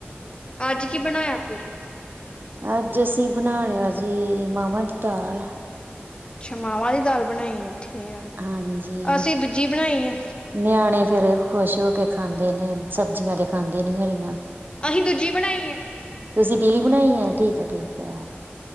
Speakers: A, on the left; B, on the right.
A: ਅੱਜ ਕੀ ਬਣਾਇਆ ਫਿਰ
B: ਅੱਜ ਅਸੀਂ ਈ ਬਣਾ ਲਿਆ ਜੀ ਈ ਮਾਵਾਂ ਦੀ ਦਾਲ ਐ
A: ਅੱਛਾ ਆ ਮਾਵਾਂ ਦੀ ਦਾਲ ਬਣਾਈ ਠੀਕ ਆ
B: ਹਾਂਜੀ
A: ਅਸੀਂ ਦੂਜੀ ਬਣਾਈ ਆ
B: ਨਿਆਣੇ ਫੇਰ ਖੁਸ਼ ਹੋ ਕੇ ਖਾਂਦੇ ਨੇ ਸਬਜ਼ੀਆਂ ਤੇ ਖਾਂਦੇ ਨੀ ਹਰੀਆਂ
A: ਅਹੀ ਦੂਜੀ ਬਣਾਈ ਐ
B: ਤੁਸੀਂ ਪੀਲੀ ਬਣਾਈ ਐ ਠੀਕ ਐ ਠੀਕ ਐ